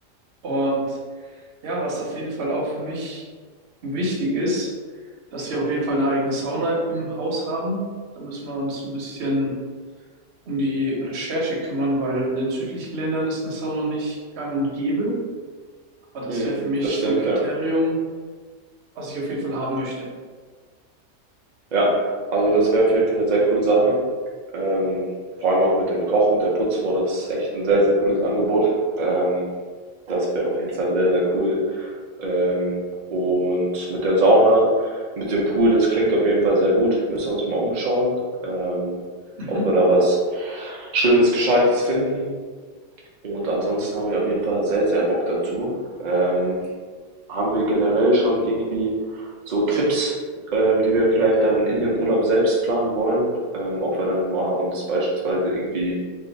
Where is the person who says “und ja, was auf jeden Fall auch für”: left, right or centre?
Right